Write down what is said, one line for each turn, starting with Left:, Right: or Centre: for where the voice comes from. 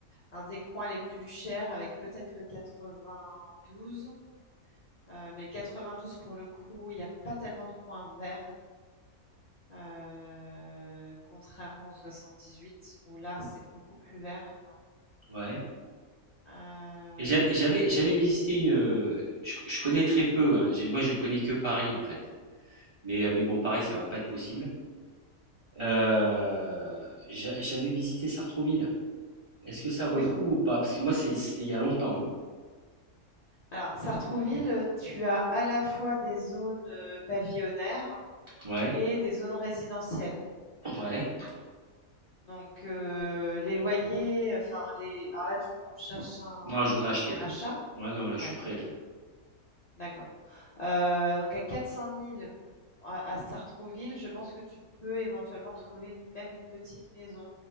Left: un des coins les plus chers avec peut-être le 92. euh, mais le 92, pour le coup, il n'y a pas tellement de coins verts, euh, contrairement au 78, où là, c'est beaucoup plus vert.
Right: Ouais.
Left: Euh,
Right: Et j'a- et j'avais j'avais visité une. euh, Je, je connais très peu. hein. J'ai- Moi, je connais que Paris en fait. Mais, euh,
Left: Oui.
Right: mais bon, Paris, ça va pas être possible. Euh, j'a- j'avais visité Sartrouville. Est-ce que ça vaut
Left: Oui,
Right: le coup ou pas? Parce que moi, c'est- c'était il y a longtemps. hein.
Left: alors Sartrouville, euh, tu as à la fois des zones euh, pavillonnaires
Right: Ouais.
Left: et des zones résidentielles.
Right: Ouais.
Left: Donc euh, les loyers, enfin les. Alors là, du coup, on cherche un, un
Right: Non, je voudrais acheter là.
Left: achat.
Right: Ouais, non, là, je
Left: Ouais,
Right: suis prêt
Left: ok,
Right: là.
Left: d'accord. Euh, donc à quatre cent mille à, à Sartrouville, je pense que tu peux éventuellement trouver une- même une petite maison.